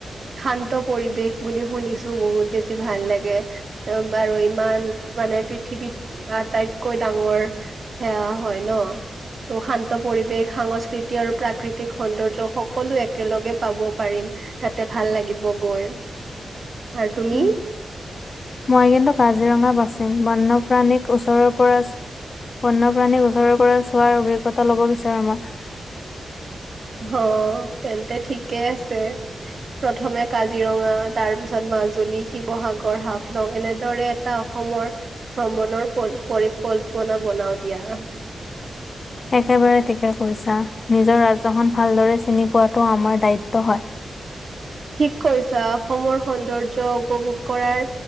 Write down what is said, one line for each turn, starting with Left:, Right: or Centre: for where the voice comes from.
Right: শান্ত পৰিবেশ বুলি শুনিছো বহুত বেছি ভাল লাগে বাৰু ইমান। মানে পৃথিৱীত আটাইতকৈ ডাঙৰ সেয়া হয় ন। অ শান্ত পৰিবেশ সাংস্কৃতিক আৰু প্ৰাকৃতিক সৌন্দৰ্য সকলো একেলগে পাব। পাৰিম তাতে ভাল লাগিব গৈ আৰু তুমি
Left: উম মই কিন্তু কাজিৰঙা বাচিম বন্যপ্ৰাণীক ওচৰৰ পৰা বন্যপ্ৰাণী ওচৰৰ পৰা চোৱাৰ অভিজ্ঞতা লব বিচাৰো মই
Right: অ তেন্তে ঠিকেই আছে। প্ৰথমে কাজিৰঙা তাৰ পিছত মাজুলী শিৱসাগৰ হাফলং এনেদৰে এটা। অসমৰ ভ্ৰমণৰ পৰিকল্পনা বনাও দিয়া। <unintelligible>
Left: একেবাৰে কিবা কৈছা নিজৰ ৰাজ্যখন ভালদৰে চিনি পোৱাতো আমাৰ দায়িত্ব হয়।
Right: ঠিক কৈছা অসমৰ সৌন্দৰ্য উপভোগ। কৰাৰ